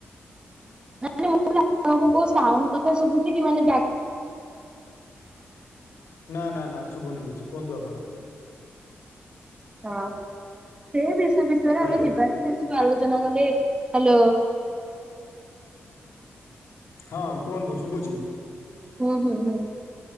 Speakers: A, on the right; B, on the left.
A: ନ ମୁଁ କଇଲି ଆପଣ ଙ୍କୁ ଶୋଉଣ୍ଡ କଥା ଶୁଭୁଚି କି! ମନେ <unintelligible> <inaudible>
B: ନା ନା ନା ଶୁଭୁନି କିଛି କୁହନ୍ତୁ ଆପଣ!
A: ହଁ ସେ ବିଷୟ ବିଷୟରେ
B: ହ୍ୟାଲୋ
A: ଆମେ ଯିବାନି ସେ ସବୁ ଆଲୋଚନା କଲେ, ହ୍ୟାଲୋ!
B: ହଁ କୁହନ୍ତୁ ଶୁଭୁଛିି!
A: ହୁଁ ହୁଁ ହୁଁ ମୁଁ